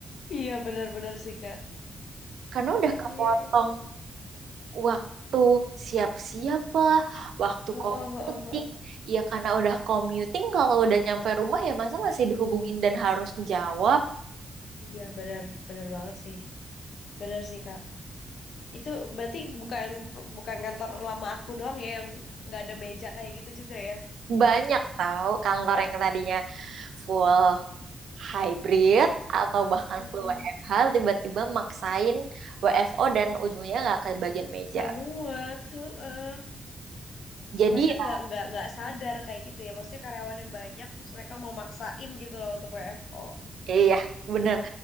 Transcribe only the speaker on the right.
karena udah
kepotong
waktu siap-siap lah waktu
commuting
ya karena udah commuting kalau udah nyampe rumah ya masa masih dihubungin dan harus jawab
Banyak tahu kantor yang tadinya full hybrid atau bahkan
full WFH tiba-tiba maksain WFO dan ujungnya nggak ke bagian meja.
Jadi
ya,
iya iya, bener.